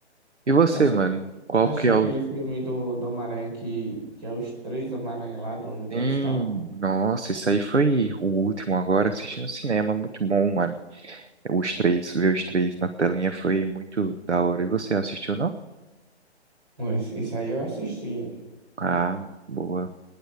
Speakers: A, on the right; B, on the right.
A: E você,
B: Tá, assi-
A: mano? Qual
B: tá assistindo
A: que é o.
B: aquele filme do, do Homem-Aranha que, que é os três Homem-Aranha lá do universo
A: Sim,
B: e tal?
A: nossa, isso aí foi o último agora assistindo cinema. Muito bom, mano. Os três, ver os três na telinha foi muito da hora. E você assistiu, não?
B: Pois, isso aí eu assisti.
A: Ah, boa.